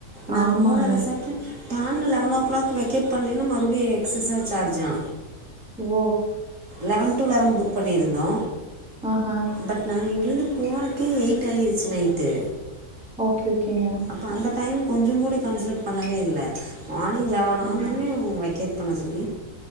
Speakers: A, on the right (about 55°); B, in the centre.
A: நாங்க
B: ஆமாங்க
A: போன ரிசார்ட்டு டான்னு லெவன் ஓ கிளாக் வெக்கேட் பண்லேனா மறுவுடி எக்சஸ்ஸா சார்ஜா
B: ஓ
A: லெவன் டூ லெவன் புக் பண்ணியிருந்தோ
B: ஆஆ
A: பட் நாங்க இங்கிருந்து போறக்கே எயிட் ஆயிருச்சி நைட்டு
B: ஓகே ஓகேங்க
A: இப்ப அந்த டைம் கொஞ்ச கூட கன்ஸ்டர் பண்ணவே இல்ல மார்னிங் லெவன் ஆனோனே
B: ஆஹா
A: வை கேட் பண்ண சொல்லி